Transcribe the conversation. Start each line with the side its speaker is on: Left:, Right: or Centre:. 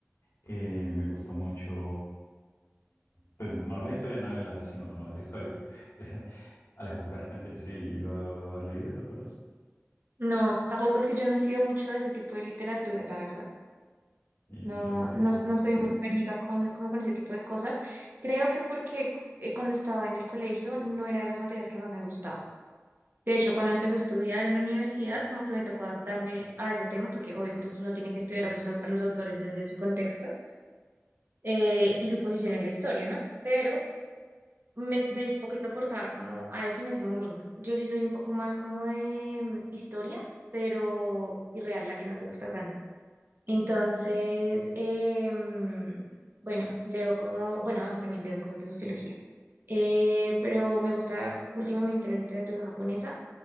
Left: Eh, me gustó mucho, pues no la historia de novela, sino novela histórica. <laughs> Alejo Carpentier, sí lo has leído, lo conoces.
Right: No, tampoco es que yo no he sido mucho de ese tipo de literatura, la verdad.
Left: ¿Y
Right: No,
Left: qué lees
Right: no,
Left: entonces?
Right: no soy muy buena amiga con, como con ese tipo de cosas. Creo que porque eh, cuando estaba en el colegio no era de las materias que más me gustaba. De hecho, cuando empecé a estudiar en la universidad, como que me tocó adaptarme a ese tema, porque obvio, pues uno tiene que estudiar a, sus, au- a los autores desde su contexto eh, y su posición en la historia, ¿no? Pero me, me un poquito forzada como a eso en ese momento. Yo sí soy un poco más como de mm, historia, pero irreal, la que no te gusta tanto. Entonces, eh, mm, bueno, leo como, bueno, aunque también leo cosas de sociología, eh, pero me gusta últimamente la literatura japonesa